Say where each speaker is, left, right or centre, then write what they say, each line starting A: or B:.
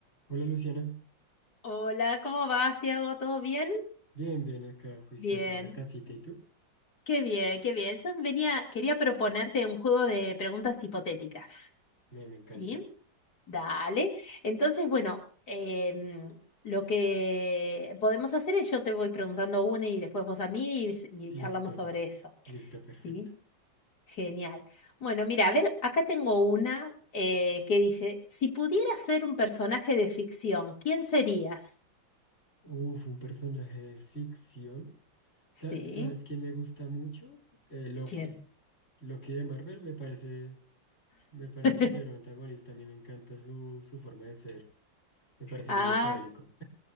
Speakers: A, on the left; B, on the left.
A: Hola Luciana,
B: Hola, ¿cómo vas, Tiago? ¿Todo bien?
A: bien, bien acá, juicioso
B: Bien,
A: en la casita, ¿y tú?
B: qué bien, qué bien. Yo venía, quería proponerte un juego de preguntas hipotéticas,
A: Me, me encanta.
B: ¿sí? Dale. Entonces, bueno, em, lo que podemos hacer es yo te voy preguntando una y después vos a mí y,
A: Listo,
B: y charlamos sobre eso,
A: listo, perfecto.
B: ¿sí? Genial. Bueno, mira, a ver, acá tengo una eh, que dice, si pudieras ser un personaje de ficción, ¿quién serías?
A: Uf, un personaje de ficción. Sa-
B: ¿Sí?
A: ¿Sabes quién me gusta mucho? Eh, Loki.
B: ¿Quién?
A: Loki de Marvel me parece, me parece
B: <laughs>
A: cero antagonista, a mí me encanta su, su forma de ser. Me parece
B: Ah,
A: muy maquiavélico.